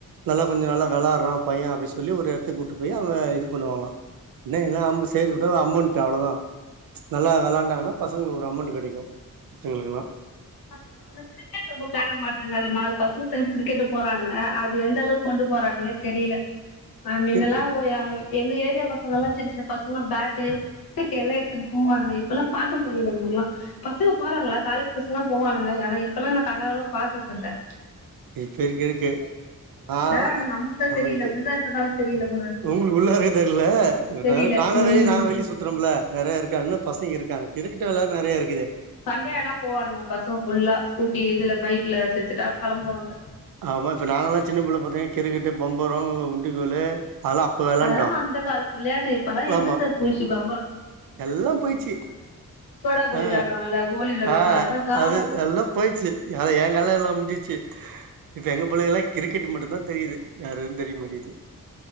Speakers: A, on the right; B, on the left.
A: நல்லா கொஞ்சோ நல்லா வெளாடுறா பையன் அப்டின்னு சொல்லி ஒரு இடத்த கூட்டு போய் அவுங்க இது பண்ணுவாங்களா என்ன எல்லாம் சேர்த்து விட்டா அமௌண்ட் அவ்ளோதா நல்லா விளாண்டாங்கன்னா பசங்களுக்கு ஒரு அமௌண்ட் கெடைக்கும் எங்களுக்கெல்லா
B: பசங்க இப்பலா கிரிக்கெட் ரொம்ப வெளாட மாட்டாங்க ஒரு நாள் பசங்க சேந்து கிர்கெட்டுக்கு போறானுங்க அது எந்த அளவுக்கு கொண்டு போறானுகன்னே தெரியல ஆ முன்னெல்லா
A: கிரிக்கெட்
B: ஓ எங்க ஏத் <unintelligible> பசங்க எல்லா சின்ன சின்ன பசங்கலாம் பேட்டு <unintelligible> எல்லா எடுத்து ட்டு போவானுங்க இப்பெல்லா பாக்க முடியுது மாரிலா பசங்க போறாங்களா காலேஜ் பசங் போவானுங்க ஆனா இப்பெல்லா நா கண்ணால கூட பாக்குறதல்ல
A: இப்ப இருக்கு இருக்கு நாள
B: ஆனா நமக்குதா
A: நம்ம
B: தெரியல
A: கிட்டு
B: உள்ள இருக்கனால தெரியல போல இருக்கு
A: இப்ப உங்களுக்கு உள்ளார்ருக்க தெர்ல இவே <unintelligible>
B: தெரியல
A: நாங்க
B: ம்
A: வெளிபோய் நாங்க வெளிய சுத்துறோம்ல நெறைய இருக்கா இன்னு பசங்க இருக்காங்க கிரிக்கெட்டு வெளையாட நெறையா இருக்கிது
B: சண்டே ஆனா போவானுங்க பசோங்க ஃபுல்லா ஸ்கூட்டி இதுல பைக்ல செட்செட்டா கெளம்புவாங்க
A: ஆமா இப்ப நாங்க எல்லா சின்ன புள்ளை பாத்தீங்க கிரிக்கெட்டு பம்பரோ உண்டி கொறழு அதெல்லா அப்ப வெளாண்டோ
B: அதெல்லா அந்த காலத்து விளையாட்டு இப்பா
A: ஆமா
B: எங்க சார் பூஷி பா
A: எல்லா போயிடுச்சு
B: சோடா கோலி
A: அ
B: விளையாடுவாங்கல்ல கோலி விளையாடுவாங்க
A: ஆ
B: அதெல்லா காணோ
A: அது எல்லாம் போயிச்சு ஏார என் காலம் எல்லாம் முடிஞ்சிச்சு இப்ப எங்க புள்ளைங்கல்லா கிரிக்கெட் மட்டும்தா தெரியுது வேற எதுவும் தெரிய மாட்டுகிது